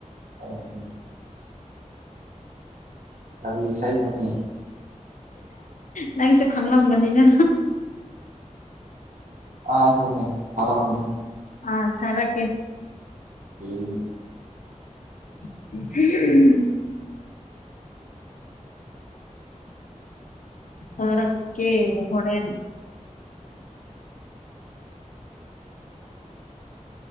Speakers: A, on the right; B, on the left.
A: ꯑꯣ ꯎ ꯀꯁꯥꯏ ꯊꯅꯤ
B: ꯅꯪꯁꯨ ꯈꯪꯂꯝꯒꯅꯤꯅ
A: ꯑ ꯁꯤꯦ ꯐꯔꯅꯤ
B: ꯑꯥ ꯁꯔꯀꯦ
A: ꯎ
B: ꯍ ꯊꯔꯛꯀꯦ ꯍꯣꯔꯦꯟ